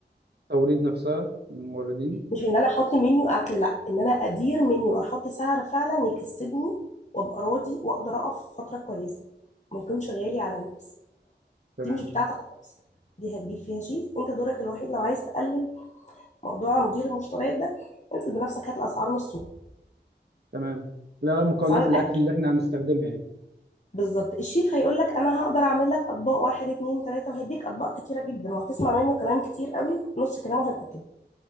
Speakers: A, on the right; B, on the left.
A: توريد نفسها من الموردين
B: مش ان انا احط منيو اكل لا ان انا ادير منيو احط سعر فعلا يكسبني وابقى راضي واقدر اقف فتره كويسه ما يكونش غالي على الناس
A: تمام
B: دي مش بتاعتك خالص دي هتجيب فيها شيف انت دورك الوحيد لو عايز تقلل موضوع مدير المشتريات ده انزل بنفسك هات الاسعار من السوق
A: تمام لا مكونات
B: اسعار الاكل
A: الاكل اللي احنا هنستخدمها يعني
B: بالظبط الشيف هيقول لك انا هقدر اعمل لك اطباق واحد اتنين تلاته وهديك اطباق كتيره جدا وهتسمع منه كلام كتير قوي نص كلامه هيبقى كده